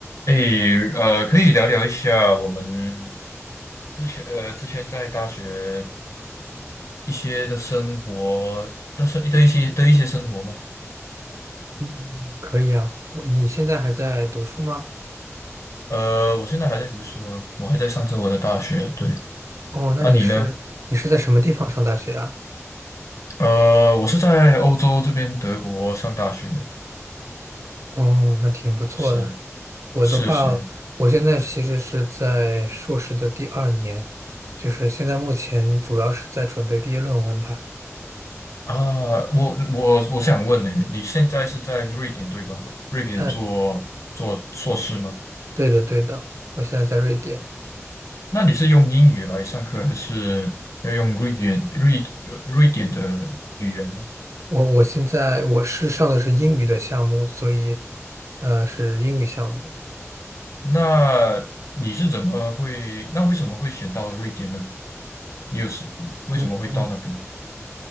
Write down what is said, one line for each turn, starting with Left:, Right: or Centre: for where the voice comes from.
Left: 诶，呃，可以聊聊一下我们之前呃之前在大学一些的生活的生的一些的一些生活吗？
Right: 嗯，可以啊。我，你现在还在读书吗？
Left: 呃，我现在还在读书啊，我还在上着我的大学。对，
Right: 哦，那你是你是在什么地方上大学啊？
Left: 那你呢？呃，我是在欧洲这边德国上大学的，
Right: 哦，那挺不错的。
Left: 是
Right: 我的话，
Left: 是是
Right: 我现在其实是在硕士的第二年，就是现在目前主要是在准备毕业论文吧。
Left: 啊，我我我想问呢，你现在是在瑞典对吧？瑞典做做硕士吗？
Right: 嗯，对的，对的，我现在在瑞典。
Left: 那你是用英语来上课，还是要用瑞典瑞呃瑞典的语言呢？
Right: 我我现在我是上的是英语的项目，所以呃是英语项目。
Left: 那你是怎么会，那为什么会选到瑞典呢？你有是为什么会到那边？
Right: 嗯嗯，